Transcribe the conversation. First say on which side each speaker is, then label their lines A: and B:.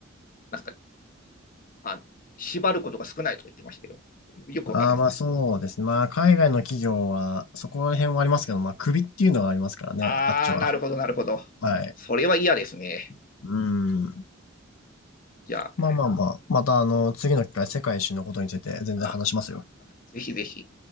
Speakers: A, on the left (about 45°); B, on the left (about 80°).
A: なんかねまあ縛ることが少ないと言ってましたけど、よくわかんないですね。
B: ああ、まあそうですね。まあ海外の企業は、そこら辺はありますけど、まあ首っていうのがありますからね、
A: あー、
B: あっちは。
A: なるほど、なるほど。
B: はい。
A: それは嫌ですね。
B: うん。
A: じゃあ、
B: まあまあまあ、またあの、次の機会、世界一周のことについて全然話しますよ。
A: あぜひぜひ。